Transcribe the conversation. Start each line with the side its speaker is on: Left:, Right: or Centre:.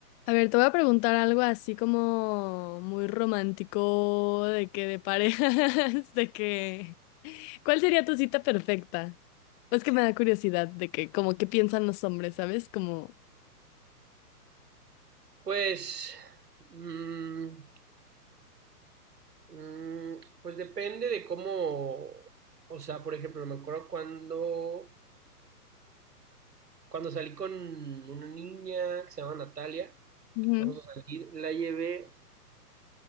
Left: A ver, te voy a preguntar algo así como muy romántico, de que de parejas, <laughs> de que... ¿Cuál sería tu cita perfecta? Pues que me da curiosidad de que como qué piensan los hombres, ¿sabes? Como...
Right: Pues, mm, mm, pues depende de cómo, o sea, por ejemplo, me acuerdo cuando, cuando salí con una niña que se llama Natalia,
Left: Ujú.
Right: empezamos a salir, la llevé,